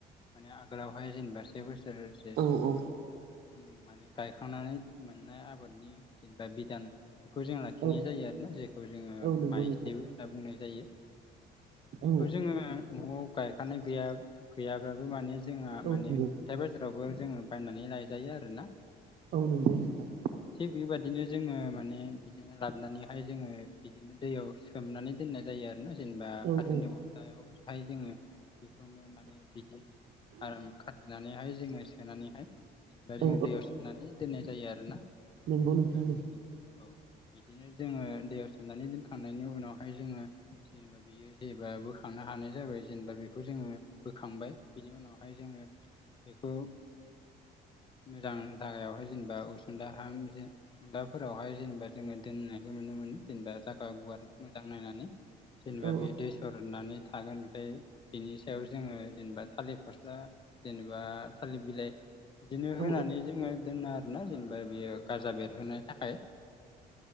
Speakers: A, on the left (about 30°); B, on the right (about 65°).
A: माने आगोलावहाय जेनेबा से बोसोरसो
B: औ
A: सिगां
B: औ
A: माने-माने गायखांनानै मोननाय आबादनि जेनेबा बिधान बेखौ जों लाखिनाय
B: औ
A: जायो आरो ना जेखौ जोङो
B: औ नंगौ
A: माइज्लिबो
B: नोंथां
A: होनना बुंनाय जायो। बेखौ
B: औ
A: जोङो न'आव गायखानाय गैया गैयाब्लााबबो माने जोंहा
B: औ
A: माने
B: नंगौ
A: हथायाइ बाजारावबो जोङो बायनानै लायजायो आरोना
B: औ नंगौ नोंथां।
A: थिग बेबायादिनो जोङो माने बिदिनो लाबानैहाय जोङो बिदिनो दैयाव सोमनानै दोननाय जायो आरोना जेनेबा
B: औ
A: फाथोनि
B: औ नंगौ नोंथां औ
A: अबस्थायावहाय जोङो बेखौनो माने बिदि आराम खाथिनानैहाय जोङो सोनानैहाय जेनेबा जों
B: औ
A: दैयाव सोमनानै दोननाय जायो आरोना
B: नंगौ नोंथां
A: बिदिनो ओ औ बिदिनो जोङो दैयाव सोमनानै दोनखांनायनि उनावहाय जोङो जेनेबा बियो जेबा बोखांनो हानाय जाबाय जेनेबा बेखौ जोङो बोखांबाय बिनि उनाव बेहाय जोङो मोजां जागायावहाय जेनेबा सदाह जेनेबा जोङो दोननायखौ नुनो जेनेबा जागा गुवार मोजां नायनानै जेनेबा
B: औ
A: बे दै सरदनानै थागोन ओमफ्राय बिनि सायाव जोङो जेनेबा थालिर फस्ला जेनेबा थालिर बिलाइ बिदिनो होनानै
B: औ
A: जोङो दोनो आरोना जेनबा। ओमफ्राय बियो गाराजजा बेरहोनो थाखाय